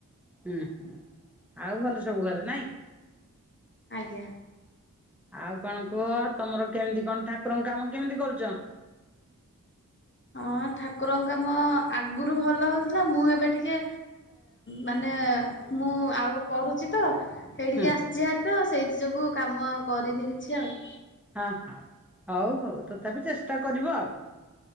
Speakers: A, in the centre; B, on the left (about 35°).
A: ହୁଁ ହୁଁ ଆଉ ଭଲ ସବୁ ଘରେ ନାଇଁ
B: ଆଜ୍ଞା।
A: ଆଉ କଣ କୁହ ତମର କେମିତି କଣ ଠାକୁରଙ୍କ କାମ କେମିତି କରୁଛ।
B: ହଁ ଠାକୁରଙ୍କ କାମ ଆଗରୁ ଭଲ ହଉଥିଲା ମୁଁ ଏବେ ଟିକେ ମାନେ ମୁଁ ଆଉ ପଢୁଛି ତ। ସେଇଠିକି
A: ହୁଁ ହୁଁ
B: ଆସିଛିହାର ତ ସେଇ ନି ଯୋଗୁ କାମ କରିନି କିଛି ଆଉ।
A: ହଁ ହଁ ହଉ ହଉ ତଥାପି ଚେଷ୍ଟା କରିବ ଆଉ।